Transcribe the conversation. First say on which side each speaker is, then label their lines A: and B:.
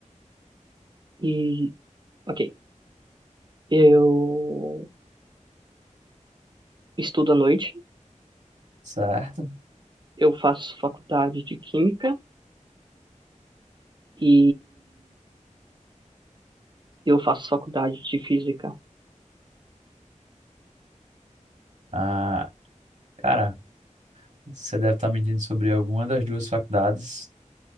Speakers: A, on the right; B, on the right.
A: E, ok. Eu estudo à noite.
B: Certo.
A: Eu faço faculdade de química. E Eu faço faculdade de física.
B: Ah, cara, você deve estar me mentindo sobre alguma das duas faculdades,